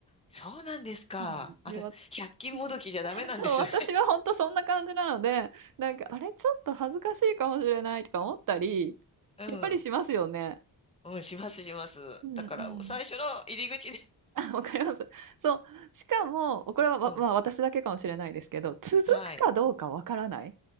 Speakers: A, on the left (about 15°); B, on the right (about 55°).
A: そうなんですか。
B: はい。
A: あれ、
B: で、わ、
A: 百均もどきじゃダメなんですね。
B: うん <laughs> そう、私は本当そんな感じなので、なんか、あれ、ちょっと恥ずかしいかもしれないとか思ったり、
A: <laughs> うん。
B: やっぱりしますよね。
A: うん、します、します。
B: うんうん。
A: だから、もう最初の入り口で。
B: <laughs> わかります。そう。しかも、これは、ま、
A: うん。
B: まあ、私だけかもしれないですけど、続くかどうかわからない
A: はい。